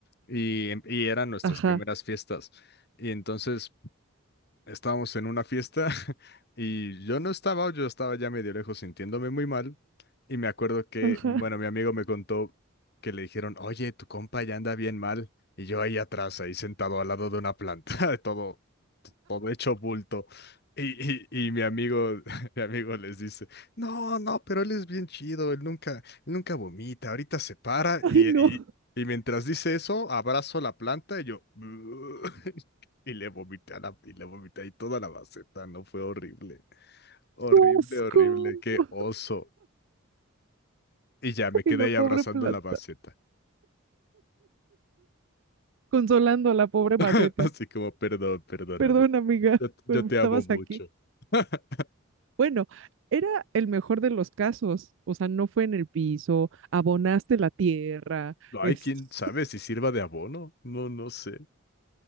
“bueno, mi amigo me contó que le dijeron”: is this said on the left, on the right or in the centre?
Left